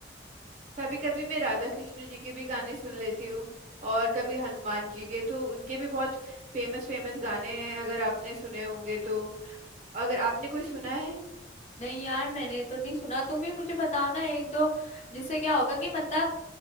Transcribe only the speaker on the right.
कभी कभी मैं राधा कृष्ण जी के भी गाने सुन लेती हूँ और कभी हनुमान जी के तो उनके भी बहुत फेमस फेमस गाने हैं अगर आपने सुने होंगे तो अगर आपने कोई सुना है